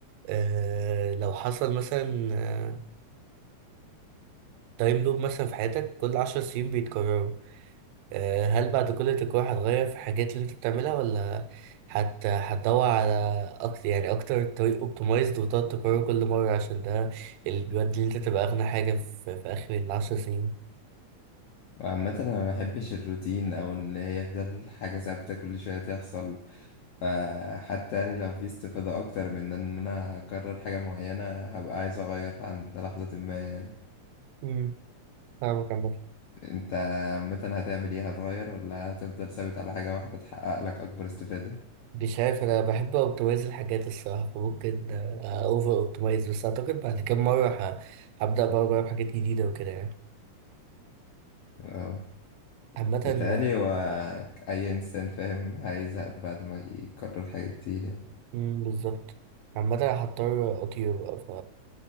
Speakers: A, on the right; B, on the left.
A: آه، لو حصل مثلا تايم لوب مثلا في حياتك كل عشر سنين بيتكرروا آه، هل بعد كل تجربة هتغير في الحاجات اللي انت بتعملها ولا هت هتدور على اكتر يعني اكتر طريق اوبتمايزد وتقعد تكرره كل مرة عشان ده اللي بيودي ان انت تبقى اغنى حاجة في, في اخر العشر سنين
B: وعامة أنا ما بحبش الروتين أو إن هي يفضل حاجة ثابتة كل شوية تحصل فحتى يعني لو في استفادة أكتر من إن أنا أكرر حاجة معينة هبقى عايز أغير عند لحظة ما يعني
A: امم فاهمك عامة
B: أنت عامة هتعمل إيه هتغير ولا هتفضل ثابت على حاجة واحدة تحقق لك أكبر استفادة؟
A: مش عارف انا بحب اوبتمايز الحاجات الصراحة فممكن اوفر اوبتمايز بس اعتقد بعد كام مرة ه- هبدأ بقى بجرب حاجات جديدة وكده يعني
B: أه
A: عامة
B: بيتهيألي
A: آه،
B: هو أي إنسان فاهم هيزهق بعد ما يكرر حاجة كتير يعني
A: مم، بالظبط عامة هضطر اطير بقى ف